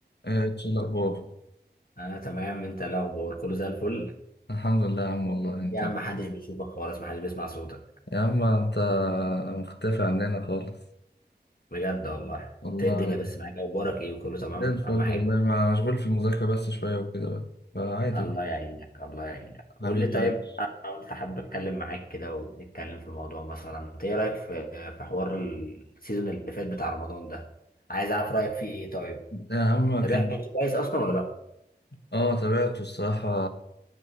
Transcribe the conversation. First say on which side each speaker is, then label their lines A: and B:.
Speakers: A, on the left (about 75°); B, on the left (about 55°).
A: ايه إيش الاخبار
B: انا تمام انت إيه الاخبار كله زي الفل
A: الحمد لله يا عم والله انت
B: يا عم محدش بيشوفك خالص محدش بيسمع صوتك
A: يا عم انت مختفي عننا خالص
B: بجد والله
A: والله
B: انت إيه الدنيا بس معاك اخبارك ايه وكله تمام
A: زي الفل
B: اهم
A: والله
B: حاجه
A: ما مشغول في المذاكره بس شويه وكده بقى فعادي
B: الله يعينك الله يعينك
A: حبيبي
B: قول لي طيب
A: ليش
B: انا قلت حابب اتكلم معاك كده ونتكلم في موضوع مثلا انت ايه رايك في في حوار السيزون اللي فات بتاع رمضان ده عايز اعرف رايك فيه ايه طيب
A: يا عم
B: تابعته
A: كان
B: كويس اصلا ولا لا
A: اه تابعته الصراحه